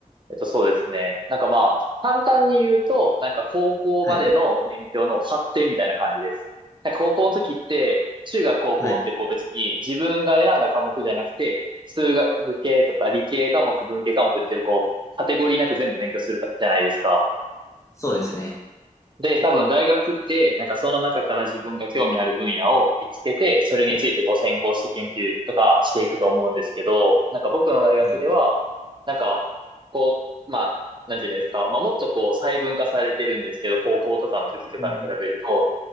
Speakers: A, on the right (about 35°); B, on the left (about 20°).
A: えっと、そうですね。なんかまあ、簡単に言うと、なんか高校までの勉強の発展みたいな感じです。
B: はい。
A: なんか高校の時って、中学高校ってこう別に自分が選んだ科目じゃなくて、
B: はい。
A: 数学系とか理系科目、文系科目ってこう、カテゴリーなく全部勉強するじゃないですか。
B: そうですね。
A: で、多分大学って、なんかその中から自分が興味ある分野を見つけて、それについてこう専攻して研究とかしていくと思うんですけど、なんか僕の大学では、
B: はい。
A: なんか、こう、まあ、なんていうんですか、まあもっとこう細分化されてるんですけど、高校とかの時とかに比べると、
B: うん。